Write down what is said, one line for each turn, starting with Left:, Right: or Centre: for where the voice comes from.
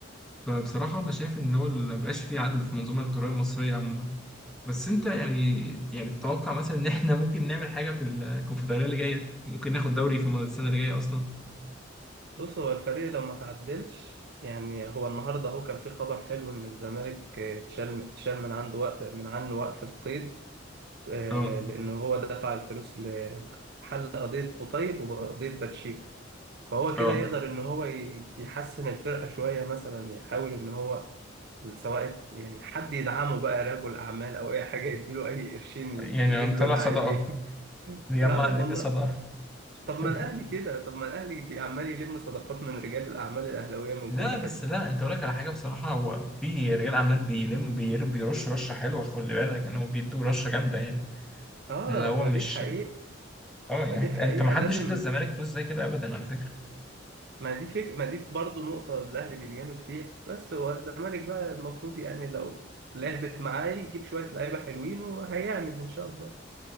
Centre: فبصراحه انا شايف ان هو مبقاش فيه عدل في المنظومه القضائيه المصريه عموما بس انت يعني يعني تتوقع مثلا ان احنا ممكن نعمل حاجه في الكونفدراليه اللي جايه ممكن ناخد دوري في السنه اللي جايه اصلا
Right: بص هو الفريق لو ما تعدلش يعني هو النهارده اهو كان في خبر حلو ان الزمالك آه، اتشال اتشال من عنده وقف من عنه وقف القيد آه،
Centre: اه
Right: لانه هو دفع الفلوس لحل قضيه قطيب وقضيه باتشيكو فهو
Centre: اه
Right: كده يقدر ان هو ي- يحسن الفرقه شويه مثلا يحاول ان هو سواء يعني حد يدعمه بقى رجل اعمال او اي حاجه يديله اي قرشين ي-
Centre: يعني
Right: يجيب
Centre: هنطلع
Right: له لاعبين
Centre: صدقه
Right: <laughs>
Centre: نجمع
Right: اه
Centre: نلم
Right: والله
Centre: صدقه
Right: طب ما
Centre: <laughs>
Right: الاهلي كده طب ما الاهلي بيعمال يلم صداقات من رجال الاعمال الاهلاويه من
Centre: لا
Right: كل
Centre: بس
Right: حته
Centre: لا انت اقول لك على حاجه بصراحه هو في رجال اعمال بيلم بير- بيرش رشه حلوه خلي بالك ان هو بيدوا رشه جامده يعني
Right: اه
Centre: اللي هو
Right: ما
Centre: مش
Right: دي الحقيقه
Centre: اه يعني
Right: ما دي
Centre: انت
Right: الحقيقه
Centre: انت ما حدش
Right: لازم
Centre: ادى الزمالك فلوس زي كده ابدا على فكره
Right: ما دي فك... ما دي برضه نقطه الاهلي بيتجامل فيها بس هو الزمالك بقى المفروض يعني لو لعبت معاه يجيب شويه لعيبه حلوين وهيعمل ان شاء الله